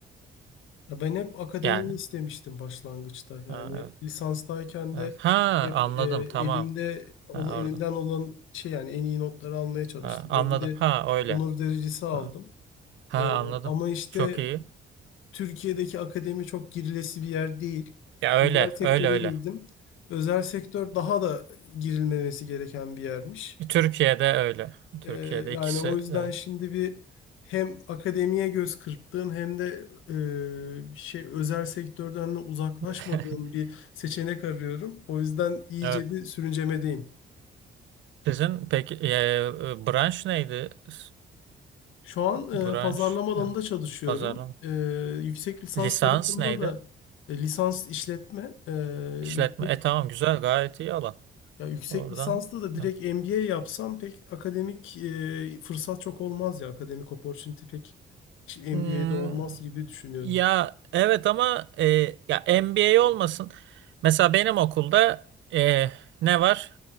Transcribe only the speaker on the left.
Ya ben hep akademiyi
istemiştim başlangıçta. Yani
lisanstayken
de
hep
e,
elimde ola-
elimden
olan şey yani en iyi notları almaya çalıştım.
Öyle de
onur derecesi aldım.
E,
ama işte
Türkiye'deki akademi çok girilesi bir yer değil.
Özel sektöre
girdim. Özel sektör daha da girilmemesi gereken bir yermiş.
Ee, yani
o yüzden
şimdi bir hem akademiye göz kırptığım hem de e, şey özel sektörden de uzaklaşmadığım
bir seçenek arıyorum. O yüzden iyice
bir sürüncemedeyim.
Şu an
e, pazarlama alanında
çalışıyorum.
E, yüksek lisans
tarafında
da e, lisans işletme, e,
yüksek,
ya yüksek
lisansta da direkt
MBA yapsam pek akademik e, fırsat çok olmaz ya. Akademik opportunity pek MBA'de
olmaz gibi düşünüyorum.